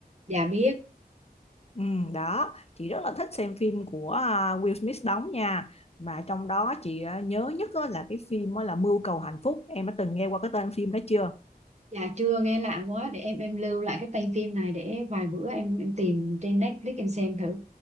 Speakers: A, on the right (about 45°); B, on the left (about 40°).
A: dạ biết
B: Ừ, đó chị rất là thích xem phim của à, Will Smith đóng nha mà trong đó chị à, nhớ nhất á là cái phim á là Mưu cầu hạnh phúc em đã từng nghe qua cái tên phim đó chưa
A: Dạ chưa nghe lạ quá để em em lưu lại cái tay phim này để vài bữa em em tìm trên Netflix em xem thử.